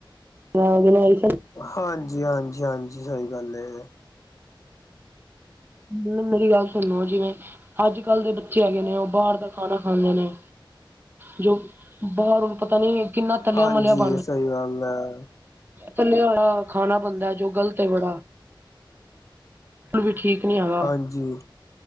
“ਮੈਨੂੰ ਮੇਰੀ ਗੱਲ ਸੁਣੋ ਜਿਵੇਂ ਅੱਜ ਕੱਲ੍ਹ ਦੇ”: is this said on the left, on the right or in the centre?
Right